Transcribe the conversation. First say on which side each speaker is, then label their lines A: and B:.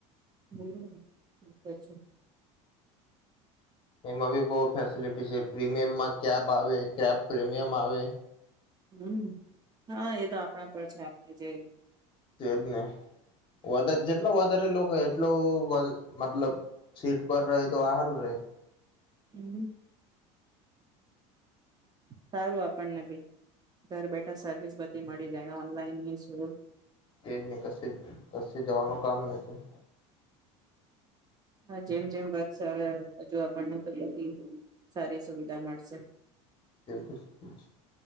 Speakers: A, on the right; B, on the left.
A: હમ્મ પછી
B: એમાં બી બહુ ફેસીલીટી છે, પ્રીમિયમમાં કેબ આવે, કેબ પ્રીમિયમ આવે
A: હમ હહ એ તો આપણા પર છે આપણે જે
B: તેજને વધ જેટલો વધારે લોકો એટલું મતલબ સીટ પર રહે તો હારું રહે.
A: હમ સારું આપણને બી ઘર બેઠા સર્વિસ બધી મળી જાય ઓનલાઈનની છે
B: તે જ ને કશે કશે જવાનું કામ નથી.
A: હા જેમ જેમ વધશે હવે હજુ આપણને તો બધી સારી સુવિધા મળશે.
B: તે તો છે જ.